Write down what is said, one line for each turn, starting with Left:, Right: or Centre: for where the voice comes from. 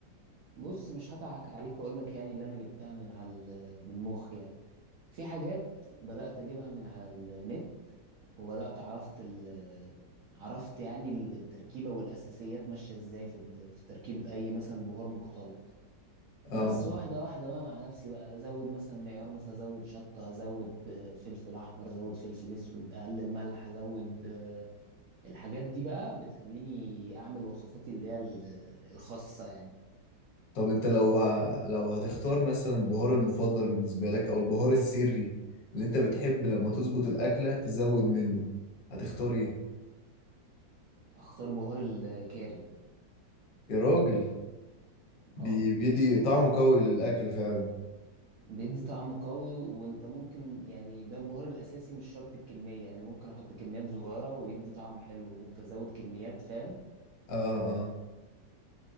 Right: بص مش هضحك عليك واقول لك يعني اللي انا جبتها من على ال- من مخي يعني في حاجات بدأت اجيبها من على النت وبدأت عرفت ال عرفت يعني التركيبة والأساسيات ماشية ازاي في ال- في تركيبة أي مثلا بهار مختلط
Left: آه.
Right: بس واحدة واحدة بقى مع نفسي بقى أزود مثلا معيار مثلا أزود شطة أزود آه، فلفل أحمر أزود فلفل أسود أقلل ملح أزود آه، الحاجات دي بقى بتخليني أعمل وصفاتي اللي هي ال- الخاصة يعني
Left: طب أنت لو ه... لو هتختار مثلا البهار المفضل بالنسبة لك أو البهار السري اللي أنت بتحب لما تظبط الأكلة تزود منه هتختار إيه؟
Right: أختار بهار الكاري
Left: يا راجل بي...
Right: اه
Left: بيدي طعمه قوي للأكل فعلا
Right: بيدي طعم قوي وانت ممكن يعني ده البهار الاساسي مش شرط الكميه يعني ممكن احط كميات صغيره ويدي طعم حلو وممكن ازود كميات فاهم
Left: اه اه